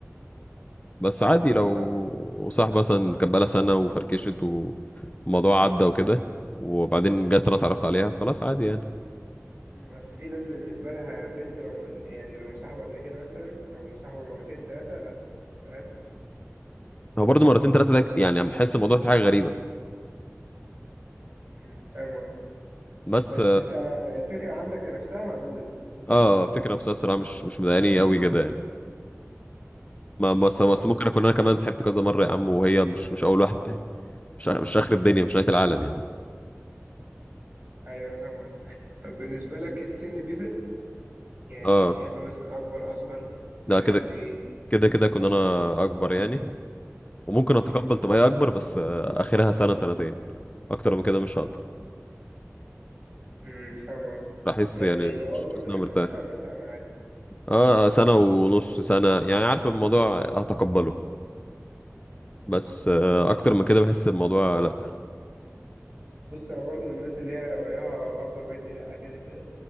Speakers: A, on the left; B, on the right.
A: بس عادي
B: بس
A: لو صاحبه مثلا كانت بقالها سنه وفركشت والموضوع عدى وكده وبعدين جت انا اتعرفت عليها فخلاص عادي يعني
B: مم، اصل في ناس بالنسبه لها بنت لو م... يعني لو مصاحبه قبل كده مثلا او مصاحبه مرتين ثلاثه لا فاهم
A: هو برضه مرتين ثلاثه ده يعني بحس الموضوع فيه حاجه غريبه
B: مم، فاهم قصدك
A: بس
B: بس انت الفكره عندك نفسها مقبوله
A: اه فكرة نفسها الصراحة مش مش مضايقاني قوي كده يعني ما بس
B: مم،
A: بس
B: طب
A: ممكن
B: وانت
A: اكون انا كمان سحبت كذا مرة يا عم وهي مش مش اول واحدة يعني مش مش اخر الدنيا مش نهاية العالم يعني
B: ايوه انا فاهم قصدك طب بالنسبه لك السن بيفرق يعني
A: اه
B: تحب مثلا اكبر اصغر فرق
A: لا كده
B: قد ايه
A: كده كده كنت انا اكبر يعني وممكن اتقبل
B: مم،
A: تبقى هي اكبر بس آه، اخرها سنة سنتين اكتر من كده مش هقدر
B: مم، فاهم قصدك
A: احس
B: يعني
A: يعني مش
B: لو اكبر
A: حاسس
B: منك
A: ان انا مرتاح
B: بسنه مثلا عادي
A: اه سنة ونص سنة يعني عارف الموضوع هتقبله بس
B: مم.
A: آه، اكتر من كده بحس الموضوع لا
B: بص انا برضو من الناس اللي هي رايها اكبر مني لا كده كده